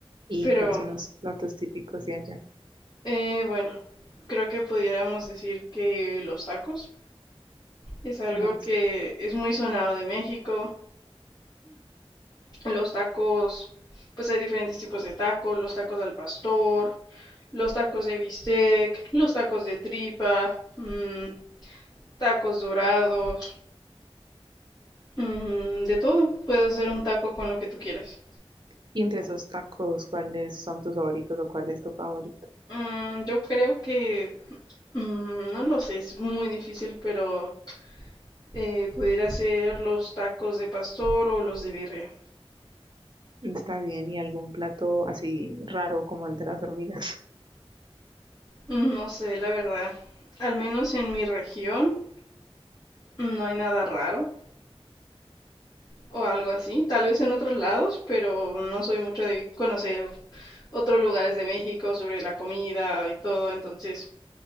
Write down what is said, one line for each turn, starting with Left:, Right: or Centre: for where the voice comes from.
Right: ¿Y
Left: Pero,
Right: cuáles son los platos típicos de allá?
Left: eh, bueno, creo que pudiéramos decir que los tacos es algo
Right: No
Left: que
Right: sé.
Left: es muy sonado de México. Los tacos, pues hay diferentes tipos de tacos, los tacos al pastor, los tacos de bistec, los tacos de tripa. mm, tacos dorados, mm, de todo. Puedes hacer un taco con lo que tú quieras.
Right: Y entre esos tacos, ¿cuáles son tus favoritos o cuál es tu favorito?
Left: Mm, yo creo que, mm, no lo sé, es muy difícil, pero eh, pudiera hacer los tacos de pastor o los de birria.
Right: Está bien, y algún plato así raro como el de las hormigas.
Left: Mm, No sé, la verdad. Al menos en mi región no hay nada raro o algo así. Tal vez en otros lados, pero no soy mucho de conocer otros lugares de México sobre la comida y todo, entonces